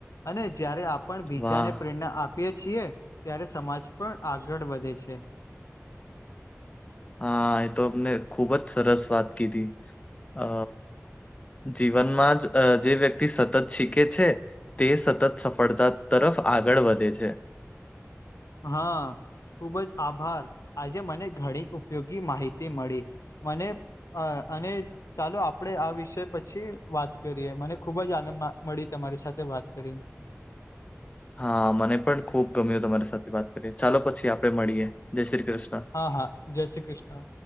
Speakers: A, on the left (about 80°); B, on the left (about 25°).
A: અને જયારે આપ પણ બીજાને
B: વાહ
A: પ્રેરણા આપીએ છીએ ત્યારે સમાજ પણ આગળ વધે છે.
B: હા એ તો અમને ખુબ જ સરસ વાત કીધી અ જીવનમાં જે વ્યક્તિ સતત શીખે છે. તે સતત સફળતા તરફ આગળ વધે છે.
A: હા ખુબ જ આભાર આજે મને ઘણી ઉપયોગી માહિતી મળી. મને અ અને ચાલો આપડે આ વિષય પછી વાત કરીએ મને ખુબ જ આનંદ મળી તમારી સાથે વાત કરીને.
B: હા મને પણ ખુબ ગમ્યું તમારી સાથે વાત કરીએ ચાલો પછી આપડે મળીએ જય શ્રી કૃષ્ણ.
A: હા હા જય શ્રી કૃષ્ણ